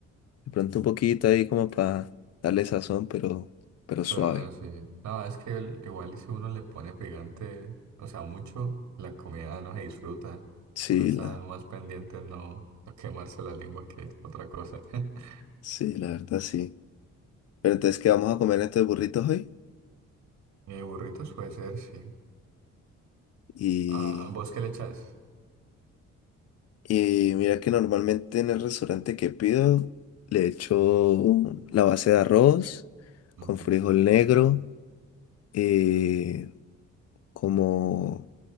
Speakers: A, on the left (about 55°); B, on the right (about 65°).
A: de pronto un poquito ahí como para darle sazón, pero, pero suave.
B: Pero no, sí. No, es que el- igual y si uno le pone picante, o sea, mucho, la comida no se disfruta.
A: Sí,
B: Uno está
A: la,
B: más pendiente en no, no quemarse la lengua que otra cosa. <laughs>
A: sí, la verdad sí. Pero entonces, ¿qué vamos a comer estos burritos hoy?
B: Eh, burritos puede ser, sí.
A: y
B: Ah, ¿vos qué le echas?
A: Y mira que normalmente en el restaurante que pido le echo la base de arroz
B: Ujú.
A: con frijol negro, eh, como,